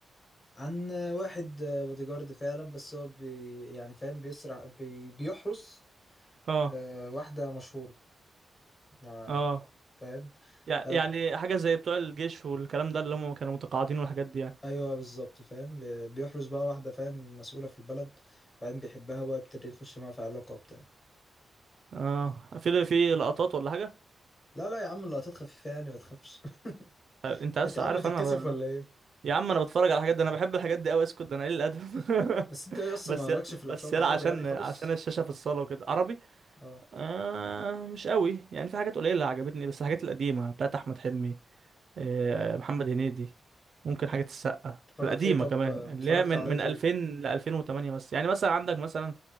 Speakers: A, on the left; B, on the right.
A: عن واحد بادي جارد فعلا بس هو بي يعني فاهم بيسرع بي بيحرس
B: اه
A: آه، واحدة مشهورة ما
B: اه
A: فاهم
B: يع-
A: قال-
B: يعني حاجه زي بتوع الجيش والكلام ده اللي هم كانوا متقاعدين والحاجات دي يعني
A: ايوه بالظبط فاهم بي- بيحرز بقى واحده فاهم مسؤوله في البلد بعدين بيحبها بقى يبتدي يخش معاها في علاقه وبتاع
B: اه في في لقطات ولا حاجه
A: لا لا يا عم اللقطات خفيفه يعني ما تخافش
B: انت
A: <laughs>
B: لسه
A: انت يا عم
B: عارف
A: بتتكسف
B: انا
A: ولا ايه
B: يا عم انا بتفرج على الحاجات دي انا بحب الحاجات دي قوي اسكت ده انا قليل الادب <laughs>
A: بس انت ايه اصلا
B: بس
A: مالكش
B: يا-
A: في الافلام
B: بس
A: العربي
B: يلا عشان
A: يعني خالص
B: عشان الشاشه في الصاله وكده عربي
A: اه
B: آه مش قوي يعني في حاجات قليله عجبتني بس الحاجات القديمه بتاعت احمد حلمي آه، محمد هنيدي ممكن حاجة السقا
A: اتفرجت
B: القديمة
A: ايه طب
B: كمان
A: آه،
B: اللي
A: اتفرجت
B: هي من
A: على
B: من
A: ايه طيب
B: 2000 ل 2008 بس يعني مثلا عندك مثلا